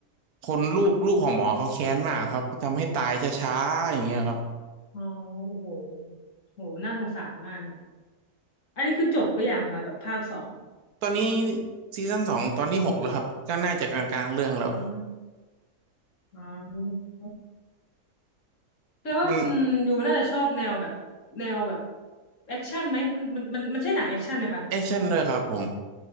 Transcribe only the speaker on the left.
อ๋อโอ้โหโหน่าสงสารมากเลยอันนี้คือจบหรือยังคะแบบภาคสอง
อ่าอ๋อแปลว่าคุณยูน่าจะชอบแนวแบบแนวแบบ
แอคชั่นไหม มันมันมันมันใช่หนังแอคชั่นไหมคะ